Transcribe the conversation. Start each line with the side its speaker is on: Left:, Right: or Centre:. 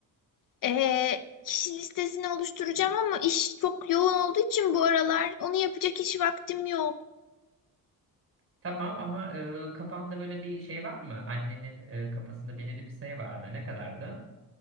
Left: Ee, kişi listesini oluşturacağım ama iş çok yoğun olduğu için bu aralar onu yapacak hiç vaktim yok.
Right: Tamam ama e, kafanda böyle bir şey var mı? Annenin e, kafasında belirli bir sayı vardı. Ne kadardı?